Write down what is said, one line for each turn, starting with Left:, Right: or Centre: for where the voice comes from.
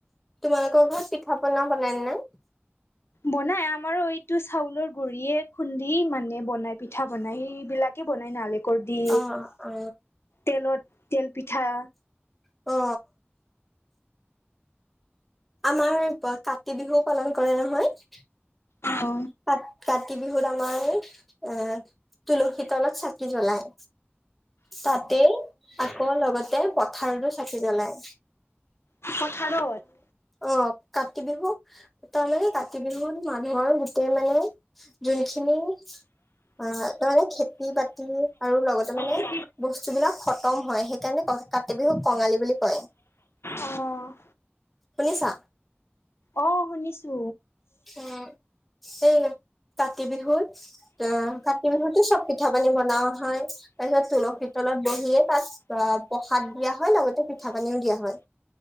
Centre: তোমালোকৰ ঘৰত পিঠা পনা বনাই ন না
Left: বনাই আমাৰ এইটো চাউলৰ গুৰিয়ে খুন্দি মানে বনাই পিঠা বনাই সেইবিলাকে বনাই নালে দি
Centre: অ অ
Left: তেলত তেল পিঠা
Centre: অ আমাৰ কাতি বিহুও পালন কৰে নহয়
Left: আহ
Centre: তাত কাতি বিহুত আমাৰ এ তুলসী তলত চাকি জ্বলায় তাতে আকৌ লগতে পথাৰতো চাকি জ্বলায়
Left: পথাৰত
Centre: অ কাতি বিহু তাৰমানানে কাতি বিহুত মানুহৰ গোটেই মানে যোনখিনি অ তাৰ মানে খেতি বাতি আৰু লগতে মানে
Left: অ',
Centre: বস্তু বিলাক খতম হয় সেইকাৰণে ক কাতি বিহুক কঙালী বুলি কয়
Left: আহ
Centre: শুনিছা
Left: অ শুনিছো
Centre: উম এই কাতি বিহুত অ কাতি বিহুতো চব পিঠা পানী বনোৱা হয় তাৰ পিছত তুলসীিত তলত বহিয়ে তাত অ প্ৰসাদ দিয়া হয় লগতে পিঠা পানীও দিয়া হয়